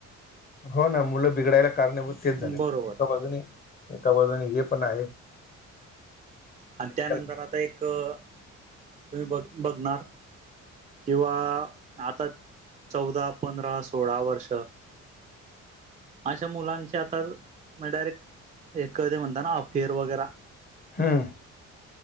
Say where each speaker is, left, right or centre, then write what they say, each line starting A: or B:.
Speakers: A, on the left; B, on the right.
A: हो ना मुलं बिघडायला कारणीभूत तेच झालंय
B: बरोबर
A: एका बाजूने एका बाजूने हे पण आहे.
B: आणि
A: शिक्षण
B: त्यानंतर आता एक तुम्ही बघ बघणार किंवा आता चौदा, पंधरा, सोळा वर्ष अशा मुलांचे आता मग डायरेक्ट ए कधे म्हणता ना अफेअर वगरा
A: हम्म!